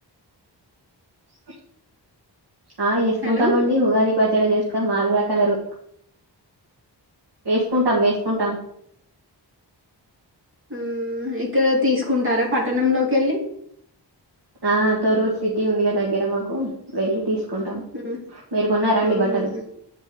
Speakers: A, on the right; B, on the right.
A: ఉ <inaudible> ఆ వేసుకుంటామండి
B: హలో
A: ఉగాది పచ్చడ చేస్తాం ఆరు రకాల రు వేసుకుంటాం వేసుకుంటాం
B: ఆ ఇక్కడ తీసుకుంటారా పట్టణంలోకి వెళ్ళి
A: ఆ తొరూర్ సిటీ ఉందిగా దగ్గర మాకు వెళ్ళి తీసు కుంటాం
B: ఉమ్,
A: మీరు కొన్నారండి
B: అవునా
A: బట్టలు